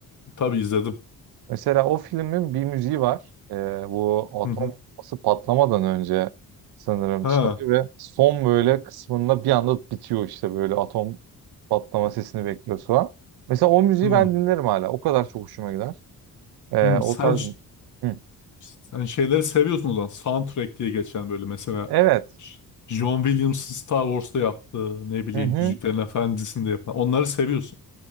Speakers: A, on the left; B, on the right.
A: Tabii izledim.
B: Mesela o filmin bir müziği var. Eee, bu atom
A: Hı hı.
B: bombası patlamadan önce sanırım
A: Ha.
B: çalıyor ve son böyle kısmında bir anda bitiyor işte böyle atom patlama sesini bekliyoruz falan. Mesela o müziği
A: Hı.
B: ben dinlerim hala. O kadar çok hoşuma gider. Eee,
A: Hı.
B: o
A: Sen
B: tarz... Hı.
A: sen şeyleri seviyorsun o zaman. Soundtrack diye geçen böyle mesela
B: Evet.
A: John Williams'ın Star Wars'ta yaptığı ne bileyim
B: Hı hı.
A: Yüzüklerin Efendisi'nde yapan. Onları seviyorsun.